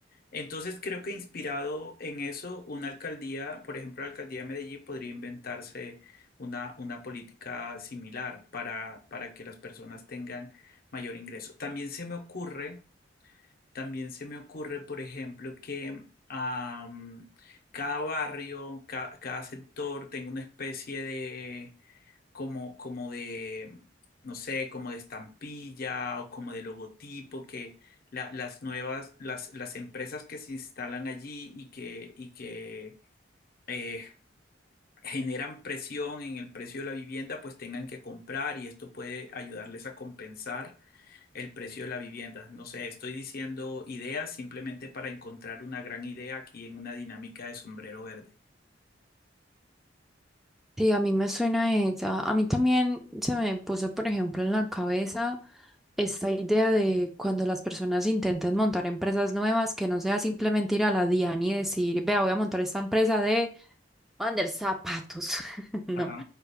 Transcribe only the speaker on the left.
Entonces creo que inspirado en eso, una alcaldía, por ejemplo, la alcaldía de Medellín podría inventarse una, una política similar para, para que las personas tengan mayor ingreso. También se me ocurre, también se me ocurre, por ejemplo, que am, cada barrio, ca- cada sector tenga una especie de como, como de, no sé, como de estampilla o como de logotipo, que la- las nuevas, las, las empresas que se instalan allí y que, y que eh, generan presión en el precio de la vivienda, pues tengan que comprar y esto puede ayudarles a compensar el precio de la vivienda. No sé, estoy diciendo ideas simplemente para encontrar una gran idea aquí en una dinámica de sombrero verde.
Ajá.